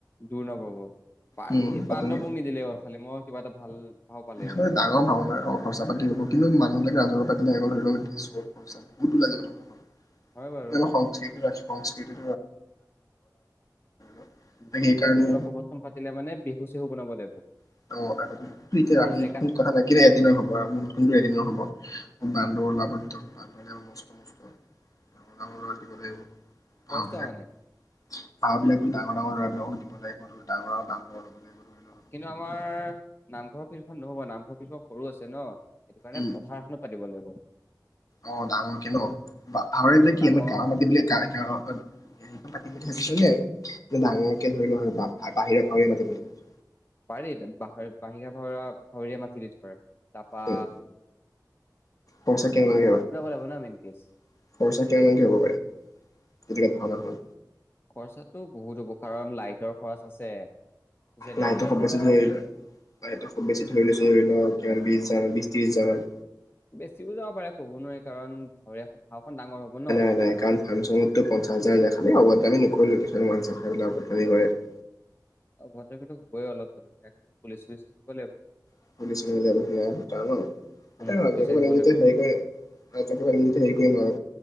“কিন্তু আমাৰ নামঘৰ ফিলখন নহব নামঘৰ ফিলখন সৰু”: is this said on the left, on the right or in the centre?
Left